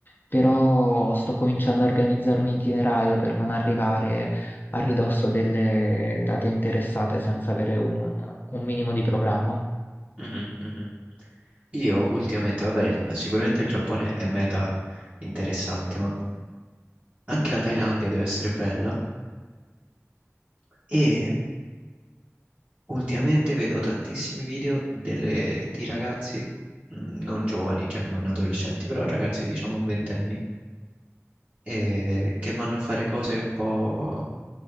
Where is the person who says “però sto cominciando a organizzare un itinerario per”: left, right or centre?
Left